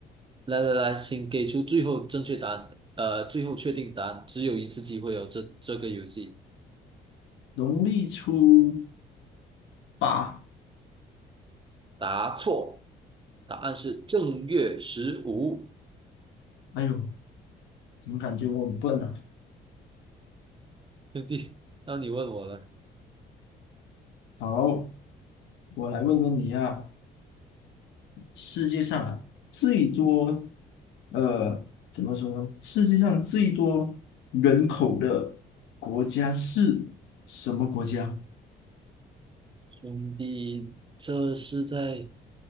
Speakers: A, on the right; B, on the left.
A: 来来来，请给出最后正确答案，呃，最后确定答案，只有一次机会哦。这这个游戏
B: 农历初八，
A: 答错，答案是正月十五。<laughs>
B: 哎呦，怎么感觉我很笨啊？
A: 兄弟，那你问我了。
B: 好，我来问问你啊，世界上啊最多，呃，怎么说呢？世界上最多人口的国家是什么国家？
A: 兄弟，这是在，